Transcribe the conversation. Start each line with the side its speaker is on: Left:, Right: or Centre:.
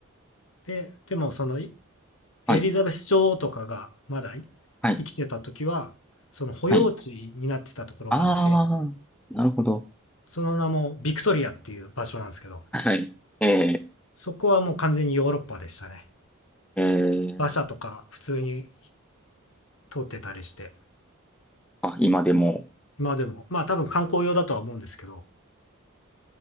Left: で、でもそのいエリザベス女王とかがまだい生きてた時は、
Centre: はい、はい、
Left: その保養地になってたところがあって、
Centre: はい。ああ、なるほど。
Left: その名もビクトリアっていう場所なんですけど、
Centre: はい。ええ
Left: そこはもう完全にヨーロッパでしたね。
Centre: ええ
Left: 馬車とか普通に通ってたりして。
Centre: あ、今でも。
Left: 今でも、まあ多分観光用だとは思うんですけど、